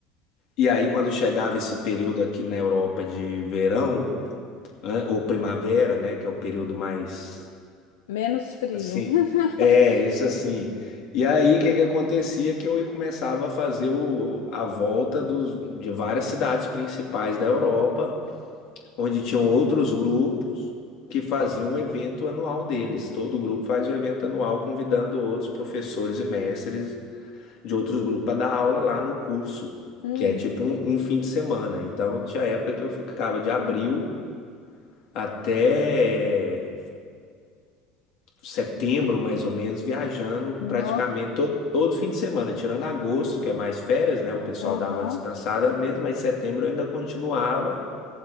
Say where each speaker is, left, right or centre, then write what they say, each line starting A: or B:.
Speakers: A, on the left (about 65°); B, on the left (about 80°).
A: E aí quando chegava esse período aqui na Europa de verão, an- ou primavera, né, que é o período mais
B: menos frio.
A: Assim,
B: <laughs>
A: é, isso assim. E aí, o que que acontecia? Que eu começava a fazer o, a volta dos, de várias cidades principais da Europa, onde tinham outros grupos que faziam o evento anual deles. Todo grupo faz o evento anual, convidando outros professores e mestres de outros grupos para dar aula lá no curso,
B: Hum,
A: que é tipo um, um fim de semana. Então, tinha época que eu ficava de abril até setembro, mais ou menos, viajando
B: nó.
A: praticamente to- todo fim de semana, tirando agosto, que é mais férias, né? O pessoal
B: Aham.
A: dava uma descansada mesmo, mas setembro eu ainda continuava.